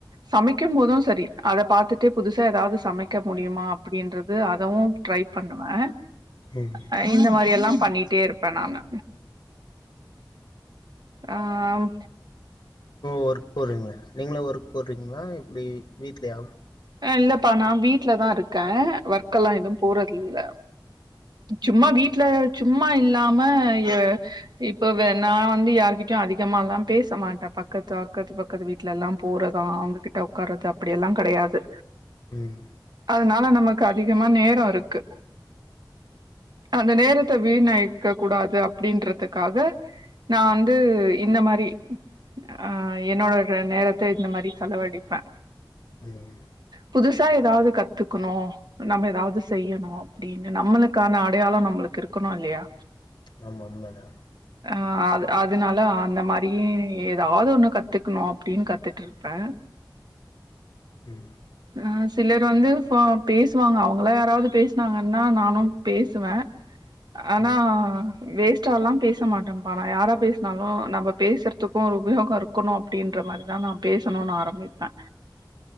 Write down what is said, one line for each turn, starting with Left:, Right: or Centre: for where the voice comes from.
Right: சமைக்கும் போதும் சரி அத பாத்துட்டு புதுசா ஏதாது சமைக்க முடியுமா அப்டின்றது அதவும் ட்ரை பண்ணுவே
Left: ம்
Right: அ இந்த மாரி ல்லா பண்ணிட்டே இருப்பே நானு ஆ ம்
Left: வர்க் போறீங்க நீங்களா வர்க் போட்றீங்களா எப்டி வீட்ல யா
Right: அ இல்லப்பா நா வீட்லதா இருக்கே வர்க்கல்லா எதுவும் போறது இல்ல சும்மா வீட்ல சும்மா இல்லா ம ய இப்ப வே நா வந்து யாருகிட்டயு அதிகமால்லா பேசமாட்டே பக்கத்து அக்கத்து பக்கத்து வீட்லல்லா போறதா அவங்ககிட்ட உக்காறது அப்டியெல்லா கடையாது
Left: ம்
Right: அதனால நமக்கு அதிகமா நேரோ இருக்கு அந்த நேரத்த வீணாய் க்க கூடாது அப்புடின்றதுக்காக நா வந்து இந்த மாரி ஆ என்னோட ர நேரத்த இந்த மாரி செலவழிப்ப
Left: ம்
Right: புதுசா ஏதாவது கத்துக்குணோ நம்ப ஏதாவது செய்யணும் அப்புடின்னு நம்மளுக்கான அடையாளோ நம்மளுக்கு இருக்கணோ இல்லையா
Left: ஆமா உண்மதா
Right: அ அது அதனால அந்த மாரியும் ஏதாவது ஒண்ணு கத்துக்குணு அப்புடின்னு கத்துட்ருப்பே
Left: ம்
Right: ம் சிலர் வந்து ஃபே பேசுவாங்க அவங்களா யாராவது பேசுனாங்கன்னா நானும் பேசுவே ஆனா
Left: ம்
Right: வேஸ்ட்டாலல்லா பேச மாட்டேன்ப்பா நா யாரா பேசுனாலும் நம்ப பேசுறதுக்கும் ஒரு உபயோகம் இருக்கணும் அப்டின்ற மாரிதா நா பேசணுன்னு ஆரம்பிப்பே